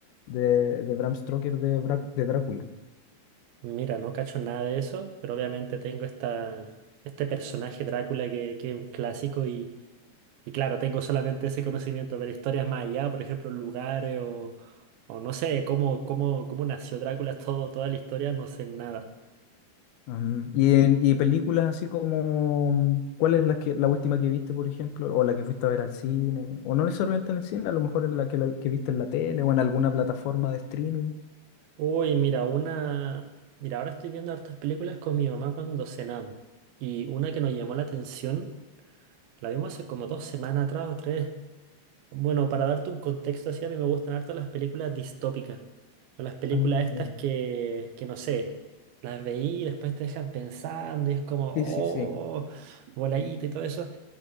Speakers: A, on the left (about 85°); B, on the right (about 80°).
A: de, de Bram Stoker de, Brá- de Drácula.
B: Mira, no cacho nada de eso, pero obviamente tengo esta, este personaje Drácula que, que es un clásico y Y claro, tengo solamente ese conocimiento, pero historias más allá, por ejemplo, lugares o, o no sé, cómo, cómo, cómo nació Drácula, todo, toda la historia, no sé nada.
A: Ujú. Y en y películas así como, mm, ¿cuál es la que la última que viste, por ejemplo, o la que fuiste a ver al cine, o no necesariamente en el cine, a lo mejor en la que, la- que viste en la tele o en alguna plataforma de streaming?
B: Uy, mira, una... Mira, ahora estoy viendo hartas películas con mi mamá cuando cenamos. Y una que nos llamó la atención, la vimos hace como dos semanas atrás o tres, Bueno, para darte un contexto así, a mí me gustan harto las películas distópicas. O las películas
A: Ah,
B: estas
A: ya.
B: que, que no sé, las veí y después te dejan pensando y es como,
A: Sí,
B: oh,
A: sí, sí.
B: voladita y todo eso.